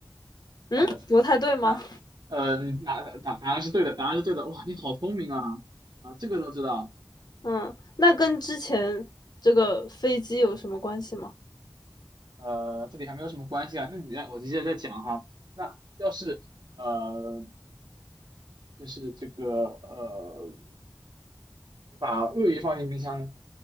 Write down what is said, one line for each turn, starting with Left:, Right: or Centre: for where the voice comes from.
Left: 嗯，
Right: 好的，
Left: 不太对吗？
Right: 那呃，答答答案是对的，答案是对的。哇，你好聪明啊！啊，这个都知道。
Left: 嗯，那跟之前这个飞机有什么关系吗？
Right: 呃，这里还没有什么关系啊。那你再，我接着再讲哈。那要是呃，就是这个呃，把鳄鱼放进冰箱呢？